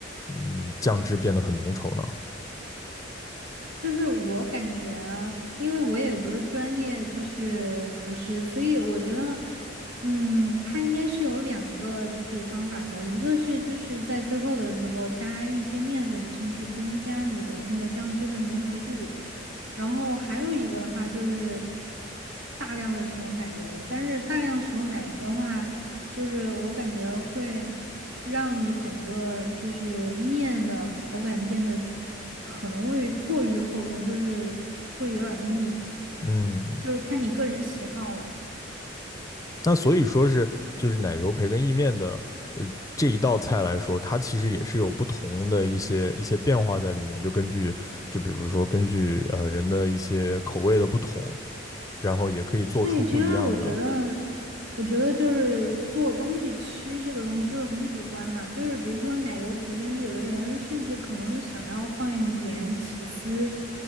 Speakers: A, on the left; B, on the right.
A: 嗯酱汁变得很浓稠呢？
B: 就是我感觉啊，因为我也不是专业，就是厨师，所以我觉得，嗯，它应该是有两个就是方法的，一个是就是在最后的时候加一些面粉进去，增加你的那个酱汁的粘稠度，然后还有一个的话就是大量的使用奶油，但是大量使用奶油的话。就是我感觉会让你整个就是面的口感变得可能会过于厚重，就是会有点儿腻，
A: 嗯
B: 就是看你个人喜好了。
A: 那所以说是就是奶油培根意面的呃这一道菜来说，它其实也是有不同的一些一些变化在里面，就根据就比如说根据呃人的一些口味的不同，然后也可以做出不一样的。
B: 对，其实我觉得，我觉得就是做东西吃这个东西就是很主观嘛，就是比如说奶油培根，有的人甚至可能想要放一点起司，